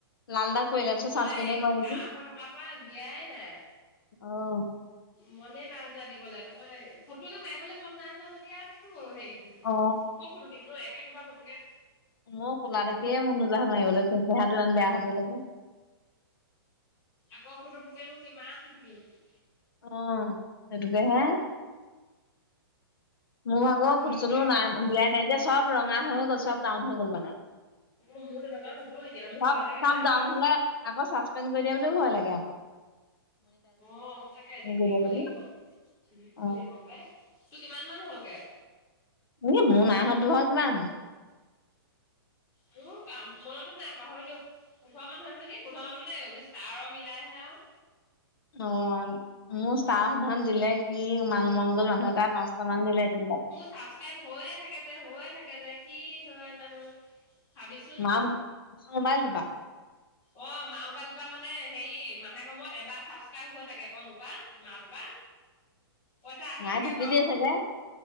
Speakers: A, on the left; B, on the left.
A: লাল দাগ পৰিলে চব
B: মই
A: চচপেনে
B: এইকেইদিন
A: হয় নেকি
B: কাহ হৈ থকাৰ পৰা দিয়াই নাই
A: অহ
B: মনে নাই যোৱা দিবলে তাপা এই ফটো একপি মাৰিবলে মন নাই যোৱা যদি আৰু কিনো কৰো হেৰিটো
A: অ
B: কত ফটো দিলো ঐ একে সোপা ফটোকে
A: ময়ো কোলা দেখিহে মন নুজুৱা হল মাৰিবলে চেহেৰাটো ইমান বেয়া হৈ পৰিলে যে
B: আগৰ ফটো বোকেনো কিমান দি থাকিবি
A: অঁ সেটোকেহে মোৰ ভাগৰ
B: ফটোবোৰ
A: ফটো চটো
B: মাৰিবলৈ
A: নাই দিয়াই নাই এতিয়া চব ৰঙা হৈ হৈ গ'ল চব ডাউন হৈ গ'ল মানে
B: অ' মোৰ তেনেকুৱা হ'ব এতিয়া মোৰ
A: চব
B: হোৱা তেনেকে
A: চব
B: নাই
A: ডাউন
B: বাৰু।
A: হলে আকৌ চাচপেণ্ড কৰি দিয়ে বুলিও ভয় লাগে আক
B: অ' সচাকে দি থাকিব
A: কৰি দিয়ে বুলি
B: লাগিব। দি থাকিব
A: অ
B: লাগিব পাই তোৰ কিমান মান হ'লগে।
A: এ মোৰ নাই হোৱা তুহ ভাগৰ কিমান।
B: তোৰ কা মনতো নাই পাহৰিলো পোন্ধৰ মান হৈছে নি পোন্ধৰ মান মানে ষ্টাৰৰ মিলাই হে আও
A: অ' মো ষ্টাৰ সেদিনিহন দিলে কি ইমান মন গ'ল মানুহে পাঁচটা মান দিলে তিন তাত।
B: ছাবস্ক্ৰাইব হৈয়ে থাকে যে, হৈয়ে থাকে যে কি হয় জানো। ভাবিচোন
A: মা মোবাইলটো পা
B: অ' মা মোবাইলটোৰ পৰা মানে হেৰি মাহেকৰ মূৰত এবাৰ ছাবস্ক্ৰাইব হৈ থাকে আকৌ মোৰ পৰা মা টোৰ পৰা। পইচা আহি
A: মায়ে
B: থাকে
A: টিপি
B: বাও
A: দিয়ে চাগে